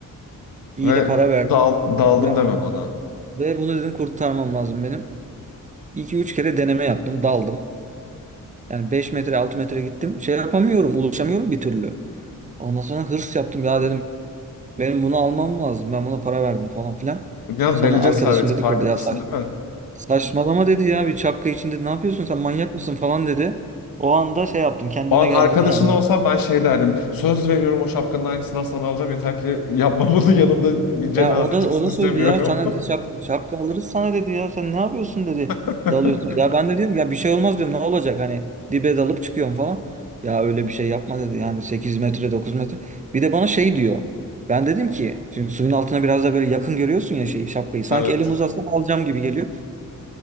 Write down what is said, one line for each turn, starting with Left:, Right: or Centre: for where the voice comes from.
Right: İyi
Left: Ve
Right: de para verdim.
Left: dal, daldım
Right: Ya
Left: deme bana.
Right: ve bunu dedim kurtarmam lazım benim. 2 üç kere deneme yaptım, daldım. Yani 5 metre 6 metre gittim. Şey yapamıyorum. Ulaşamıyorum bir türlü. Ondan sonra hırs yaptım. Ya dedim benim bunu almam lazım. Ben buna para verdim falan filan.
Left: Biraz
Right: Sonra
Left: deli
Right: arkadaşım
Left: cesareti
Right: dedi
Left: farkındasın
Right: ki orada ya saçma,
Left: değil mi?
Right: saçmalama dedi ya bir şapka içinde ne yapıyorsun sen manyak mısın falan dedi. O anda şey yaptım kendime
Left: O an
Right: geldim
Left: arkadaşın
Right: <laughs> yani
Left: olsam ben şey derdim. Söz veriyorum o şapkanın aynısından sana alacağım. Yeter ki yapma bunu yanımda bir cenaze
Right: Ya o da
Left: çıksın
Right: o da
Left: istemiyorum.
Right: söyledi ya sana dedi şap, şapka alırız sana dedi ya sen ne yapıyorsun dedi
Left: <laughs>
Right: dalıyorsun. Ya ben de diyorum ya bir şey olmaz diyorum ne olacak hani dibe dalıp çıkıyorum falan. Ya öyle bir şey yapma dedi yani 8 metre 9 metre. Bir de bana şey diyor. Ben dedim ki şimdi suyun altına biraz da böyle yakın görüyorsun ya şeyi şapkayı. Sanki
Left: Evet.
Right: elim uzatsam alacağım gibi geliyor.